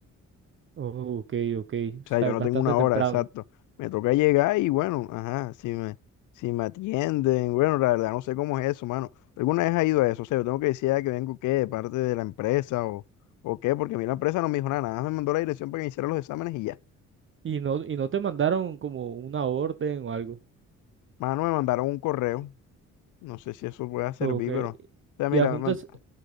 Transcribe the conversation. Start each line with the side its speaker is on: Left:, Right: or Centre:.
Right: Oh, ok, ok,
Left: O
Right: o
Left: sea,
Right: sea,
Left: yo
Right: es
Left: no
Right: bastante
Left: tengo una
Right: temprano.
Left: hora, exacto. Me toca llegar y bueno, ajá, si me, si me atienden, bueno, la verdad no sé cómo es eso, mano. ¿Alguna vez ha ido a eso? O sea, yo tengo que decir ah, que vengo qué, de parte de la empresa o, o qué, porque a mí la empresa no me dijo nada, nada más me mandó la dirección para que hiciera los exámenes y ya.
Right: Y no, y no te mandaron como una orden o algo.
Left: Mano, me mandaron un correo, no sé si eso pueda servir,
Right: Ok.
Left: pero, o sea, mira,
Right: Y adjuntas,
Left: Me